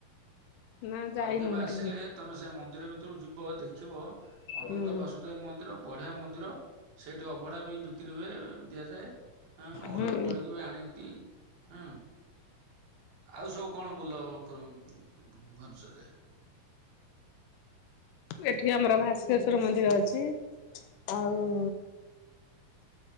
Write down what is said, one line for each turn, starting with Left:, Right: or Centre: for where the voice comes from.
Left: ନା ଯାଇନୁ
Right: ଆଉ କେବେ
Left: ହେଠିକି।
Right: ଆସିଲେ ତମେ ସେ ମନ୍ଦିର ଭିତରୁ ଯିବ ଦେଖିବ ଅନନ୍ତ
Left: ହୁଁ
Right: ବାସୁଦେବ ମନ୍ଦିର ବଢିଆ ମନ୍ଦିର ସେଠି ଅଭଢା ବି ବିକ୍ରି ହୁଏ ଦିଆଯାଏଁ ହିଁ ଅର୍ଡର
Left: ହୁଁ।
Right: କରିକି ବି ଆଣନ୍ତି ଉଁ ଆଉ ସବୁ କଣ ବୁଲ ପୁଁ ଭୁଏନେଶ୍ୱରରେ।
Left: ଏଠି ଆମର ଭାସ୍କେଶ୍ଵର ମନ୍ଦିର ଅଛି ଆଉ